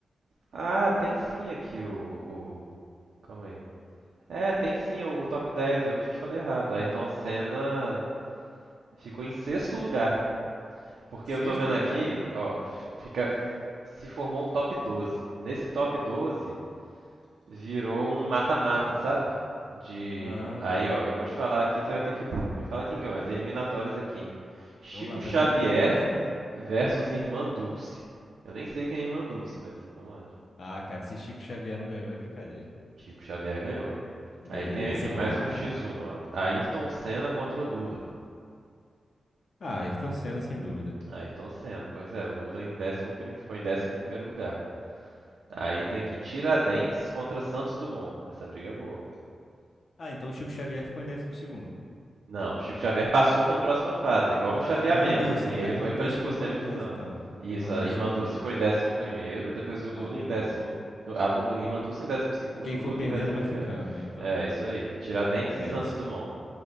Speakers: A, on the right; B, on the left.
A: Ah, tem sim aqui o. o... Calma aí. É, tem sim o, o top dez Eu que te falei errado. Ayrton Senna ficou em sexto lugar. Porque
B: Sexto
A: eu tô vendo
B: lugar,
A: aqui, ó, fi- fica. Se formou um top doze Nesse top doze Virou um mata-mata, sabe? De.
B: Ah,
A: Aí, ó, eu vou te falar aqui, você vai ter que fa- me falar quem ganhou. As eliminatórias aqui, hein? Chico
B: vamos lá,
A: Xavier
B: para as eliminatórias do Brasil.
A: versus Irmã Dulce. Eu nem sei quem é a Irmã Dulce, mas vamos lá.
B: Ah, cara, se Chico Xavier não ganhou é brincadeira.
A: Chico Xavier ganhou.
B: Beleza,
A: Aí tem aqui
B: vamos
A: mais
B: lá.
A: um X1, ó. Ayrton Senna contra Lula.
B: Ah, Ayrton Senna, sem dúvida.
A: Ayrton Senna, pois é, Lula em décimo prim- ficou em décimo primeiro lugar. Aí tem aqui Tiradentes contra Santos Dumont. Essa briga é boa.
B: Ah, então o Chico Xavier ficou em décimo segundo.
A: Não, Chico Xavier passou para a próxima fase, é igual
B: Ah,
A: um chaveamento,
B: não, é a irmã Dulce.
A: assim, ele
B: A irmã
A: foi
B: Dulce
A: para tipo
B: ficou
A: semifinal.
B: no 12, então.
A: Isso,
B: A irmã
A: a
B: Dulce
A: Irmã
B: ficou
A: Dulce
B: no 12.
A: ficou em décimo primeiro, depois o Lula
B: Ah, beleza,
A: em décimo,
B: beleza.
A: a, Lu, a Irmã Dulce em décimo segundo,
B: Quem
A: o Lula
B: for perdendo
A: em décimo
B: vai
A: primeiro.
B: ficando, né, então,
A: É,
B: né?
A: isso aí. Tiradentes
B: Beleza.
A: e Santos Dumont.